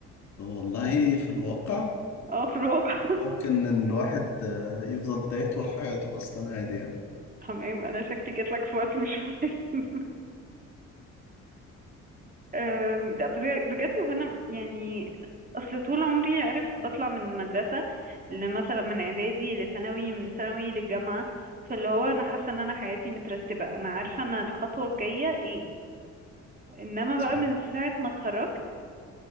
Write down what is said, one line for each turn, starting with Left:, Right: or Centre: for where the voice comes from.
Left: والله في الواقع
Right: اه في الواقع
Left: ممكن ان الواحد آه، يفضل تايه طول حياته اصلا عادي يعني
Right: <laughs> تمام انا شكلي جاتلك في وقت مش مناسب أم، لا بج- بجد هو انا يعني اصل طول عمري عارف بطلع من المدرسه لمثلا من اعدادي لثانوي من ثانوي للجامعه فاللي هو انا حاسه ان انا حياتي مترتبه انا عارفه انا الخطوه الجايه ايه انما
Left: صح
Right: بقى من ساعه ما اتخرجت